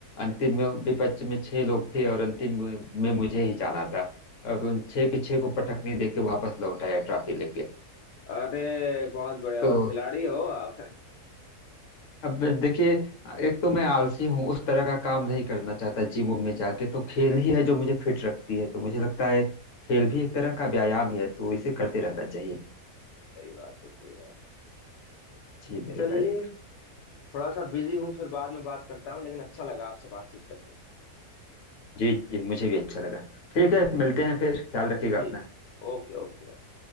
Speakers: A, on the left; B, on the left.
A: अंतिम में विपक्ष में छह लोग थे और अंतिम में मुझे ही जाना था और उन छह के छह को पटकनी देके वापस लौट आया ट्रॉफी लेके
B: अरे बहुत बढ़िया हुआ
A: तो
B: खिलाड़ी हो आप <laughs>
A: अब देखिए एक तो मैं आलसी हूँ उस तरह का काम नहीं करना चाहता जिम उम में जाके तो खेल ही है जो मुझे फिट रखती है तो मुझे लगता है खेल भी एक तरह का व्यायाम ही है तो इसे करते रहना चाहिए
B: सही बात है सही बात
A: जी मेरे
B: चलिए
A: भाई
B: थोड़ा सा बिजी हूँ फिर बाद में बात करता हूँ लेकिन अच्छा लगा आपसे बातचीत करके
A: जी जी मुझे भी अच्छा लगा ठीक है मिलते हैं फिर ख्याल रखिएगा
B: जी
A: अपना
B: Okay okay